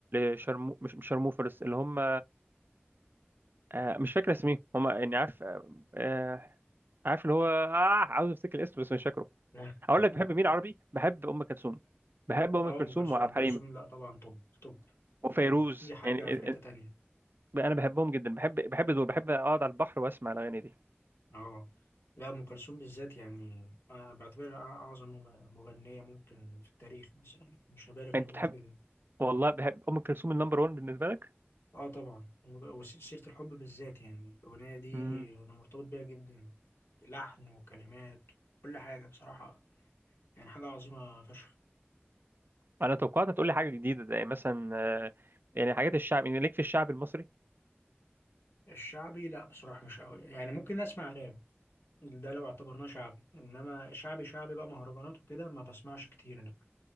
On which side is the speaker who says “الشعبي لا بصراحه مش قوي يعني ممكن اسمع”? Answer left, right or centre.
Left